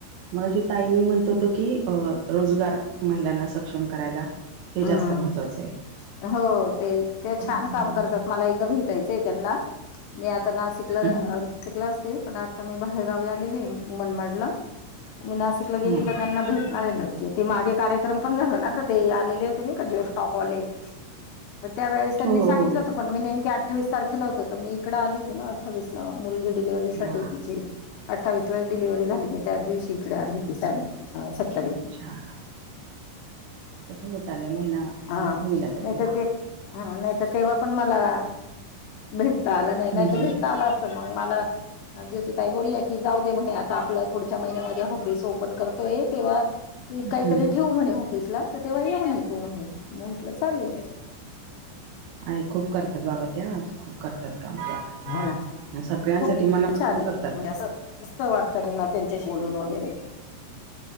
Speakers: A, on the right; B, on the left.
A: मगाशी ताई मी म्हणत होतो की, रोजगार महिलांना सक्षम करायला. ते
B: हम्म,
A: जास्त महत्त्वाचं आहे.
B: हो ते ते छान
A: हं.
B: काम करतात, मला एकदा भेट टायचय त्यांनला, मी आता नाशिकला
A: हम्म
B: तिकडं असते. पण आता मी बाहेरगावी आलेले आहे, मनमाडला, मी नाशिक ला गेले
A: हो
B: का त्यांना भेटणार आहे नक्की, ते मागे कार्यक्रम पण झाला ना, ते आलेले होते नाही का, जे टॉप वाले मग त्यावेळेस त्यांनी
A: हो
B: सांगितले
A: हो
B: पण मी नेमकी अठ्ठावीस तारखेला होत, हो तर मी इकडे आली होती ना अठ्ठावीसला, मुली डिललेव्हरीसाठी
A: हा
B: तिची. अठ्ठावीसलाच डिलिव्हरी झाली, मी त्याच दिवशी इकडे आली <unintelligible>
A: अच्छा, होत आल्या, महिना
B: हा
A: होईल आता
B: नाही
A: तिला.
B: तर ते हा, नाही तर तेव्हा पण मला भेटता आलं नाही, नाही
A: हम्म
B: तर भेटता आला असत. मग मला ज्योतिताई बोलली, जाऊ दे म्हणे आता आपलं पुढच्या महिन्यामध्ये ऑफिस ओपन करत तेव्हा कायतर
A: हम्म
B: ठेवू म्हणे ऑफिसला, तेव्हा ये म्हणे, तो म्हणे म्हटलं चालेल.
A: अ खूप करतात बाबा त्या, खूप करतात काम त्या.
B: हो ना,
A: आणि सगळ्यांसाठी
B: खूप छान
A: मनापासून
B: आहे,
A: करतात
B: केलं म्हणजे असं मस्त वाटतं ना त्यांचेशी बोलून वगैरे.